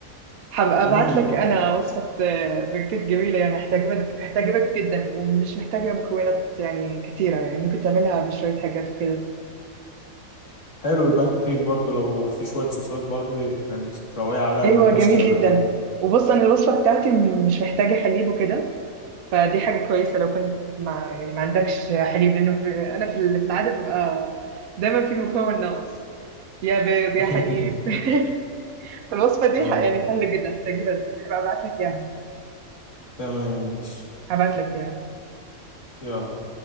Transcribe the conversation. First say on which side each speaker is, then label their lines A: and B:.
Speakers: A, on the right; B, on the left.
A: هبقى
B: امم
A: ابعت لك انا وصفه آه، بنكيك جميله يعني هتعجبك هتعجبك جدا ومش محتاجه مكونات يعني كتيره يعني ممكن تعملها بشويه حاجات وكده
B: حلو البان كيك برضو لو في شوية صوصات برضو يعني تروقي عليها
A: ايوه
B: من على الوش
A: جميل
B: كده يبقى
A: جدا
B: حلو
A: وبص انا الوصفه بتاعتي م- مش محتاجه حليب وكده فدي حاجه كويسه لو كنت مع يعني ما عندكش حليب لانه ب... انا في ال- في العاده ببقى دايما في مكون ناقص يا بيض يا
B: <laughs>
A: حليب <laughs> الوصفه دي
B: آه،
A: ح- يعني سهله جدا هتعجبك هبقى ابعت لك اياها
B: تمام ماشي
A: هبعت لك اياها
B: يلا